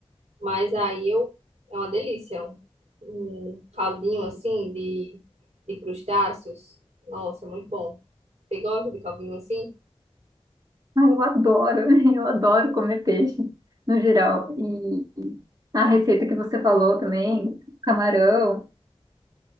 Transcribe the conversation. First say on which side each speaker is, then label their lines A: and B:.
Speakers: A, on the right (about 80°); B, on the right (about 35°).
A: Mas aí eu é uma delícia. é Um, um caldinho assim de, de crustáceos. Nossa, é muito bom. Você gosta de caldinho assim?
B: Ah, eu adoro, <laughs> eu adoro comer peixe, no geral. E a receita que você falou também, camarão.